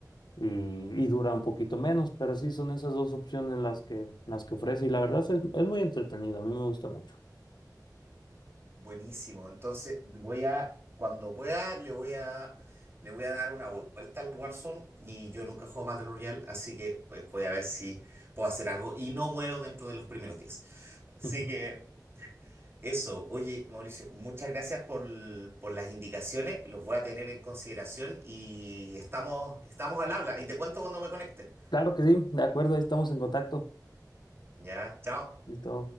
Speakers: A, on the left; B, on the right.
A: y, y dura un poquito menos, pero sí son esas dos opciones las que, las que ofrece y la verdad es, es muy entretenido, a mí me gusta mucho.
B: Buenísimo. Entonces voy a, cuando pueda, le voy a, le voy a dar una vuelta al Warzone y yo nunca juego Battle Royale, así que pues, voy a ver si puedo hacer algo y no muero dentro de los primeros 10. Así
A: <laughs>
B: que eso, oye, Mauricio, muchas gracias por, l- por las indicaciones, los voy a tener en consideración y estamos, estamos al habla y te cuento cuando me conecte.
A: Claro que sí, de acuerdo, ahí estamos en contacto.
B: Ya, chao.
A: Listo.